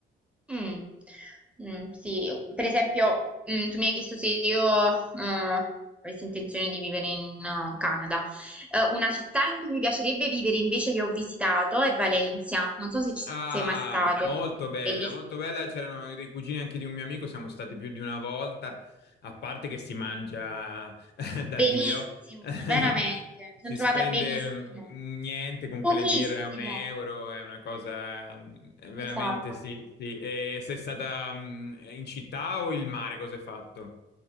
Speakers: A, in the centre; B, on the left (about 55°).
A: Mm. Mm, sì, per esempio, mm, tu mi hai chiesto se io eh, avessi intenzione di vivere in eh, Canada. Eh, una città in cui mi piacerebbe vivere invece che ho visitato è Valencia. Non so se ci
B: Ah,
A: sei mai stato.
B: molto bella,
A: Bellissima.
B: molto bella. C'erano dei cugini anche di un mio amico, siamo stati più di una volta, a parte che si mangia <laughs> da
A: Benissimo,
B: Dio, <laughs>
A: veramente. Mi sono
B: si
A: trovata
B: spende
A: benissimo.
B: mm, niente con
A: Pochissimo.
B: quelle birre a un euro, è una cosa mm, è veramente
A: Esatto.
B: sì, sì. E sei stata mm, in città o il mare, cosa hai fatto?